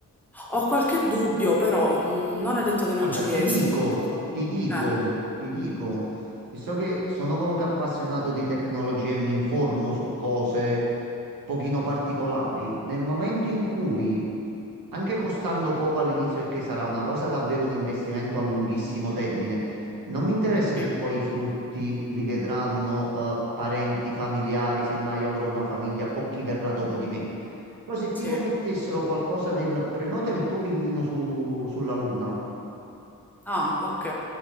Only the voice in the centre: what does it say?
ho qualche dubbio, però mh, non è detto che
non ci
riesca.
Eh,
sì,
sì.
Ah, ok.